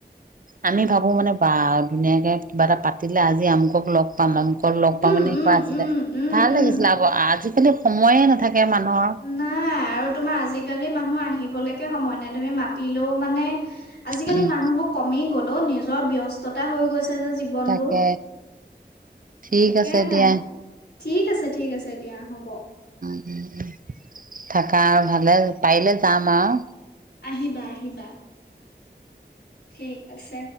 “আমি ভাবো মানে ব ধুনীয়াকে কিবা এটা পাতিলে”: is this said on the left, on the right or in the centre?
Right